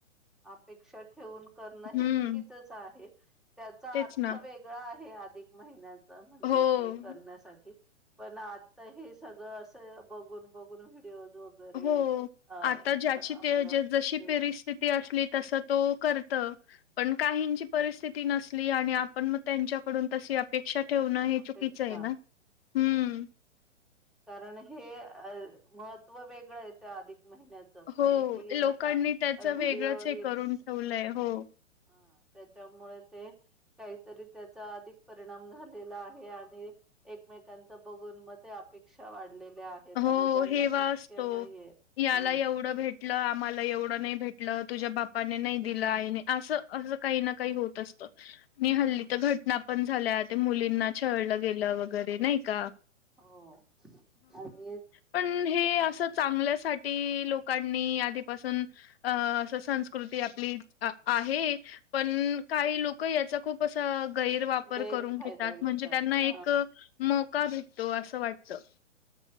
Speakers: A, in the centre; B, on the left (about 50°).
A: अपेक्षां ठेवून करणं
B: हम्म
A: हे चुकीचंच आहे. त्यांचा
B: तेच
A: अर्थ
B: ना
A: वेगळा आहे अधिक महिन्यांचा म्हणजे
B: हो
A: ते करण्यासाठीं पणं आता हे सगळं असं बघून बघून भ व्हडिओज वगैरें
B: हो.
A: अ
B: आता ज्याची
A: आपलं
B: ते ज जशी
A: रीलीलस
B: परिस्थिती असलं तो करतो पणं काहींची परिस्थिती नसंली आणि आपणं मंग त्यांच्याकडून तशी अपेक्षा ठेवणं हे
A: अपेक्षा
B: चुकीचं आहे नां हम्म
A: कारणं हे अ महत्त्व वेगळं आहे ते अधिक महिन्यांच पणं
B: हो.
A: हे
B: लोकांनी
A: आतां
B: त्याचं
A: व्हिडिओ
B: वेगळंच
A: रीलीलस
B: हे करून ठेवलंय. हो.
A: ह त्यांच्यामुळे ते कांहीतरी त्यांचा अधिक परिणाम झालेला आहे आणि एकमेकांचं बघून मंग ते अपेक्षा वाटंता ले ल्यां आहेतं
B: हो.
A: आणि त्यांना
B: हेवा
A: शक्यं
B: असतो.
A: नाहीं आहे येतं
B: याला एवढं भेटलं आम्हांला एवढं नाहीं भेटलं तुझ्यां बापांने नाहीं दिलं आईने असं असं कांहीं नां कांहीं होतं असतं मी हल्ली तरं घटना पणं झाल्या ते मुलींना छळलं गेलं वगैरे नाहीं कां
A: हो आधीच
B: पणं हे असं चांगल्यासाठी लोकांनी आधीपासून असं संस्कृत ते आपलीं आहे पणं कांहीं लोकं यांचा खूंप असां गैर वापर
A: गैरफायदा
B: करूंन घेतांत
A: घेतात
B: म्हणजे त्यांनां
A: हा
B: एक अ म कां भेटतो असं वाटतं